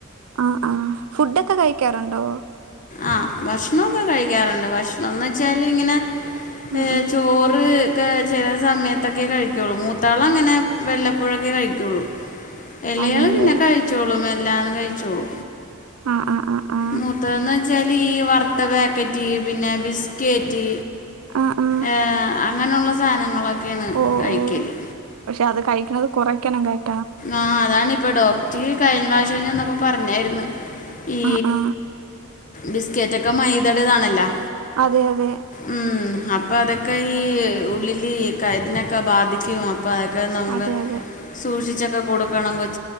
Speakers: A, on the right (about 75°); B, on the left (about 35°).
A: ആ ആ ഫുഡൊക്കെ കഴിക്കാറുണ്ടോ?
B: ആഹ് ഭക്ഷണൊക്കെ കഴിക്കാറുണ്ട് ഭക്ഷണംന്ന് വെച്ചാല് ഇങ്ങനെ
A: ഉം
B: ഏ
A: ഉം
B: ചോറ് ക്കെ ചെല സമയത്തൊക്കെ കഴിക്കുള്ളൂ മൂ ത്താളങ്ങനെ വെല്ലപ്പഴൊക്കെ കഴിക്കുള്ളൂ ഇളയാള്
A: അതെല്ലേ
B: പിന്നെ കഴിച്ചോളൂ മെ ല്ലാണ് കഴിച്ചോളൂ
A: ആ ആ ആ ആ
B: മൂത്തന്ന് വെച്ചാല് ഈ വറുത്ത പാക്കറ്റ് പിന്നെ ബിസ്കേറ്റ്
A: ആ ആ
B: ഏ അങ്ങനെയുള്ള സാധങ്ങളൊക്കെയാണ്
A: ഓ
B: കൈക്കല്
A: ഓ പക്ഷെ അത് കഴിക്കണത് കുറയ്ക്കണം ക
B: ആ അതാണിപ്പോ ഡോക്റ്റ് കഴിഞ്ഞ പ്രാവശ്യം ചെന്നപ്പോ പറഞ്ഞായിര്ന്ന് ഈ
A: ആ ആ
B: ബിസ്കറ്റ് ഒക്കെ മൈദടെതാണല്ലോ
A: അതെ അതെ
B: ഉം അപ് പ്പം അതൊക്ക ഈ ഉള്ളില് കര്നൊക്കെ ബാധിക്കും പ്പൊ അതൊക്കെ നമുക്ക്
A: അതെ അതെ
B: സൂക്ഷിച്ചൊക്കെ കൊടുക്കണം കൊച്